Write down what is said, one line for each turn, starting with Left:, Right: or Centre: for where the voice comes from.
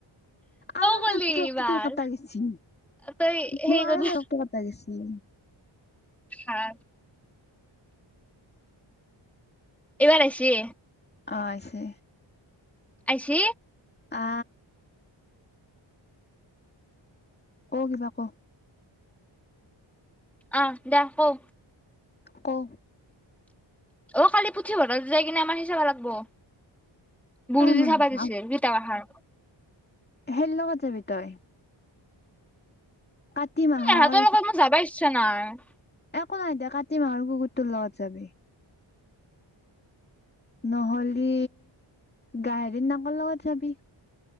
Left: আৰু
Centre: কলি
Left: নেটৱৰ্কটো
Centre: এইবাৰ।
Left: তোৰ কাটা গেছি।
Centre: তই
Left: <unintelligible>
Centre: সেই কৰি
Left: কাটা গেছি।
Centre: হা। এইবাৰ আইছি।
Left: অ', আইছে।
Centre: আইছি?
Left: আ। কো কিবা কো।
Centre: অ', দা কও
Left: কো।
Centre: অ', কালি পুথিভঁৰাল যাই কিনে আমাৰ সেই চাবা লাগিব বুুলি
Left: এ মই
Centre: চাবা
Left: নাযাও
Centre: দিছিল কিতাপ এখন।
Left: <unintelligible> সেই লগত যাবি তই। কাতি মাহৰ
Centre: এহঁতৰ লগত মোৰ যাবা ইচ্ছা নাই।
Left: একো নাই দে কাতি মাহৰ কুকুৰটোৰ লগত যাবি। নহলি গাহৰি নাকৰ লগত যাবি।